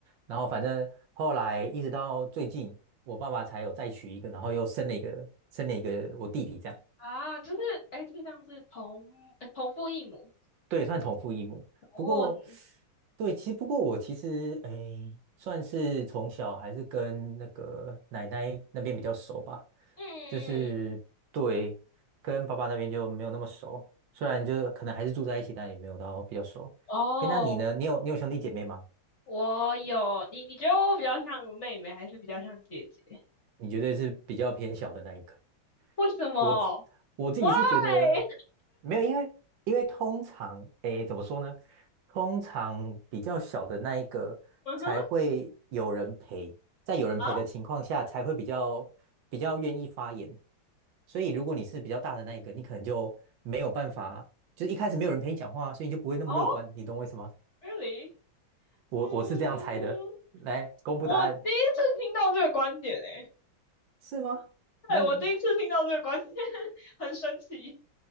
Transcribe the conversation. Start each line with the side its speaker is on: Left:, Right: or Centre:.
Right: 然后反正后来一直到最近，我爸爸才有再娶一个，然后又生了一个生了一个我弟弟这样。
Left: 啊！就是，哎，是这样是同，哎同父异母。
Right: 对，算同父异母。
Left: 哦，
Right: 不过，
Left: 你
Right: 对，其实不过我其实诶，算是从小还是跟那个奶奶那边比较熟吧，
Left: 嗯嗯嗯嗯，
Right: 就是对，跟爸爸那边就没有那么熟。虽然就是可能还是住在一起，但也没有到比较熟。
Left: 哦，
Right: 诶，那你呢？你有你有兄弟姐妹吗？
Left: 我有，你你觉得我比较像妹妹，还是比较像姐姐？
Right: 你绝对是比较偏小的那一个。
Left: 为什么
Right: 我自我自己是觉得
Left: ？Why？<laughs>
Right: 没有，因为因为通常，诶，怎么说呢？通常比较小的那一个才会有人陪，
Left: 嗯哼，
Right: 在有人陪的情况下，
Left: 啊，
Right: 才会比较比较愿意发言。所以如果你是比较大的那一个，你可能就没有办法，就是一开始没有人陪你讲话啊，所以你就不会那么乐观，
Left: 哦
Right: 你懂我意思吗？
Left: ，really？
Right: 我我是这样猜的。
Left: 嗯，
Right: 来公布答案，
Left: 我第一次听到这个观点，诶，
Right: 是吗？那
Left: 对，我第一次听到这个观点，<laughs> 很神奇。